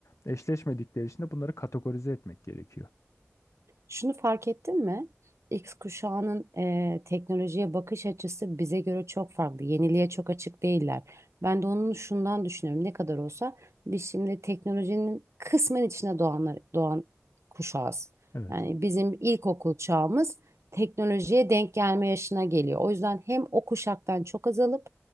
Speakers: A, on the left; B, on the right.
A: Eşleşmedikleri için de bunları kategorize etmek gerekiyor.
B: Şunu fark ettin mi? X kuşağının eee, teknolojiye bakış açısı bize göre çok farklı. Yeniliğe çok açık değiller. Ben de onun şundan düşünüyorum. Ne kadar olsa biz şimdi teknolojinin kısmen içine doğanlar, doğan kuşağız.
A: Evet.
B: Yani bizim ilkokul çağımız teknolojiye denk gelme yaşına geliyor. O yüzden hem o kuşaktan çok azalıp